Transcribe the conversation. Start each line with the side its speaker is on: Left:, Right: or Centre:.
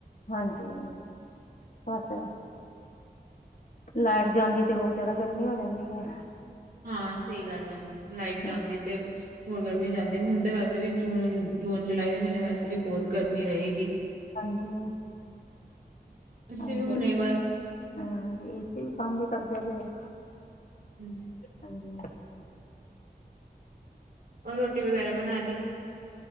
Left: ਹਾਂਜੀ ਬਸ ਲਾਈਟ ਜਾਂਦੀ ਤੇ ਹੋਰ ਜਿਆਦਾ ਗਰਮੀ ਹੋ ਜਾਂਦੀ ਹੈ।
Right: ਹਾਂ ਸਹੀ ਗੱਲ ਹੈ। ਲਾਈਟ ਜਾਂਦੀ
Left: ਹਾਂ
Right: ਤੇ ਹੋਰ ਗਰਮੀ ਜਾਂਦੀ ਐ ਹੁਣ ਤੇ ਵੈਸੇ ਵੀ ਜੂਨ ਜੂਨ ਜੁਲਾਈ ਦੇ ਮੀਨੇ ਵੈਸੇ ਵੀ ਬੋਤ ਗਰਮੀ ਰਏਗੀ।
Left: ਹਾਂਜੀ
Right: ਅਸੀੇ
Left: ਹੁਣ
Right: ਵੀ ਹੁਨੇ
Left: ਤੇ
Right: ਬਸ
Left: ਹਾਂਜੀ ਏਸੀ ਵੀ ਕੰਮ ਨੀ ਕਰਦੇ ਪਏ।
Right: ਹੂੰ।
Left: ਹਾਂਜੀ।
Right: ਓ ਰੋਟੀ ਵਗੈਰਾ ਬਣਾ ਲੀ?